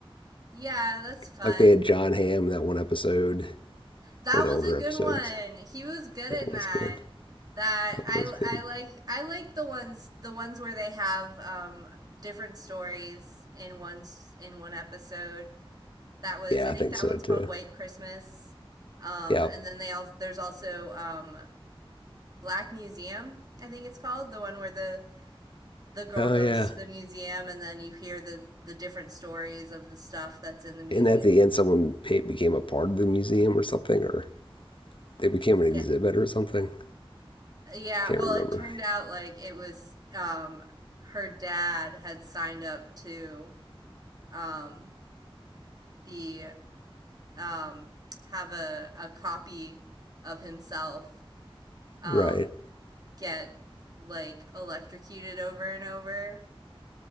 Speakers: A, on the right; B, on the left.
A: Yeah, that's fun.
B: like they had John Hamm in that one episode.
A: That
B: one of
A: was
B: the older
A: a good
B: episodes.
A: one. He was good
B: That
A: in that.
B: was good.
A: That
B: That
A: I
B: was good.
A: I like I like the ones the ones where they have um different stories in one s- in one episode. That was
B: Yeah,
A: I think
B: I think
A: that
B: so
A: one's called
B: too.
A: White Christmas. Um
B: Yep.
A: and then they all there's also um Black Museum, I think it's called, the one where the the girl
B: Oh
A: goes
B: yeah.
A: to the museum and then you hear the the different stories of the stuff that's in the museum.
B: And at the end, someone became a part of the museum or something, or they became an
A: Yeah.
B: exhibit or something.
A: Yeah,
B: Can't
A: well,
B: remember.
A: it turned out like it was um her dad had signed up to um be um have a a copy of himself um
B: Right.
A: get like electrocuted over and over.